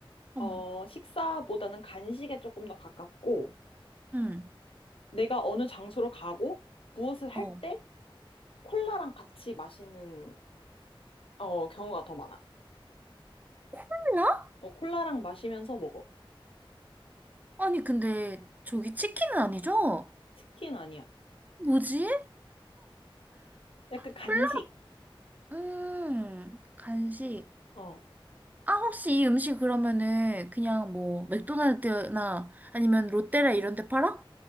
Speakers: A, on the right; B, on the left.
A: 어머,
B: 어, 식사보다는 간식에 조금 더 가깝고
A: 음,
B: 내가 어느 장소로 가고 무엇을 할
A: 어.
B: 때 콜라랑 같이 마시는 어, 경우가 더 많아.
A: 콜라?
B: 어, 콜라랑 마시면서 먹어.
A: 아니, 근데 저기 치킨은 아니죠?
B: 치킨 아니야.
A: 뭐지?
B: 약간 간식.
A: 콜라? 음, 간식.
B: 어,
A: 아, 혹시 이 음식 그러면은 그냥 뭐 맥도날드나 아니면 롯데라 이런 데 팔아?